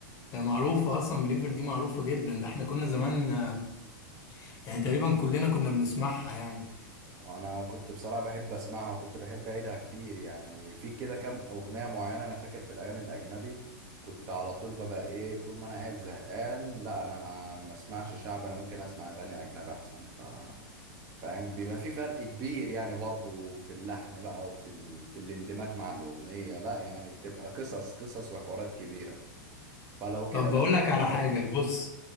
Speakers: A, on the left; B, on the right.
A: اه معروفة اصلا بليفر دي معروفة جدا ده احنا كنا زمان آه، يعني تقريبا كلنا كنا بنسمعها يعني
B: وانا كنت بصراحه بحب اسمعها وكنت بحب اعيدها كتير يعني في كده كام اغنيه معينه انا فاكر في الاغاني الاجنبي كنت على طول ببقى ايه طول ما انا قاعد زهقان لا انا ما ما اسمعش شعب انا ممكن اسمع اغاني اجنبي احسن ف فاهم بيبقى في فرق كبير يعني برضو في اللحن بقى وفي ال... في الاندماج مع الاغنيه لا يعني بتبقى قصص قصص وحوارات كبيره فلو كده
A: طب
B: انا
A: بقول
B: كنت
A: لك
B: هقول
A: على حاجة بص